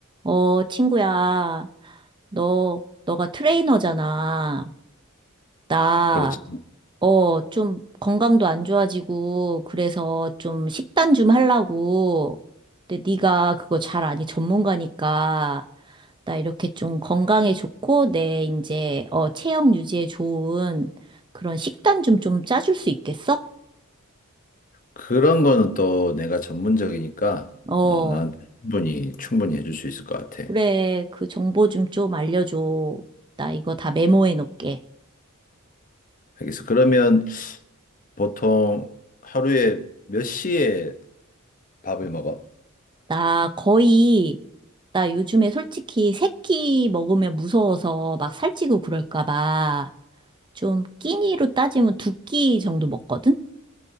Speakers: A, on the right; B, on the left.
A: 어, 친구야, 너, 너가 트레이너잖아. 나,
B: 그렇지.
A: 어, 좀 건강도 안 좋아지고, 그래서 좀 식단 좀 하려고. 근데 네가 그거 잘 아니, 전문가니까. 나 이렇게 좀 건강에 좋고, 내 이제, 어, 체형 유지에 좋은 그런 식단 좀 좀 짜줄 수 있겠어?
B: 그런 거는 또 내가 전문적이니까
A: 어,
B: 어, 나한테 충분히 충분히 해줄 수 있을 것 같아.
A: 그래. 그 정보 좀 좀 알려줘. 나 이거 다 메모해 놓을게.
B: 알겠어. 그러면 보통 하루에 몇 시에 밥을 먹어?
A: 나 거의, 나 요즘에 솔직히 새끼 먹으면 무서워서 막 살찌고 그럴까 봐. 좀 끼니로 따지면 두 끼 정도 먹거든?